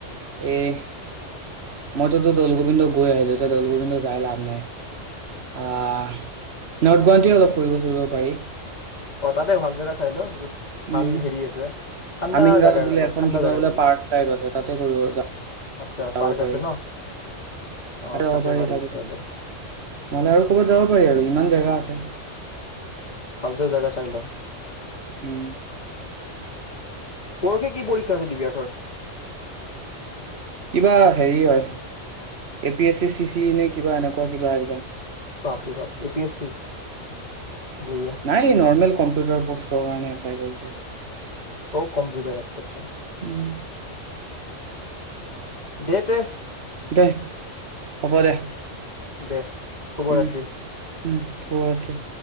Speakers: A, on the right (about 60°); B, on the left (about 35°).
A: এহ, মইতো তো দৌল গোবিন্দ গৈ আহিলো এতিয়া দৌল গোবিন্দ যাই লাভ নাই। আহ, নৰ্থ গুৱাহাটী অলপ ফুৰিব চুৰিব পাৰি।
B: অ' তাতে ভাল জেগা চাই ল। য'ত ভাল
A: উম,
B: হেৰি আছে ঠাণ্ডা
A: আমিনগাঁৱত
B: জেগা
A: বোলে
B: অলপ
A: এখন
B: ঠাণ্ডা
A: কিবা
B: জেগা
A: বোলে
B: চাবি
A: পাৰ্ক টাইপ আছে, তাতে কৰিব যা
B: আচ্ছা
A: যাব
B: পাৰ্ক
A: পাৰি।
B: আছে
A: তাতে
B: ন অ
A: যাব
B: তাতে
A: পাৰি, তাৰপিছত,
B: তেতিয়াহ'লে
A: নহলে আৰু ক'বাত যাব পাৰি আৰু ইমান জেগা আছে!
B: ভাল চাই জেগা চাই ল।
A: উম।
B: পৰখি কি পৰীক্ষা আছে, দিবিয়াৰ্থৰ?
A: কিবা হেৰি হয়, A P S C, C C নে কিবা এনেকুৱা কিবা একজাম।
B: বাপৰে বাপ, এ পি এছ চি! বঢ়িয়া
A: নাই, নৰ্মেল কম্পিউটাৰ প'ষ্টৰ কাৰণে <unintelligible>
B: ঔ, কম্পিউটাৰ। আচ্ছা, আচ্ছা।
A: উম।
B: দে তে
A: দেহ, হ'ব দে
B: দেহ, শুভৰাত্ৰি।
A: উম, উম, শুভৰাত্ৰি।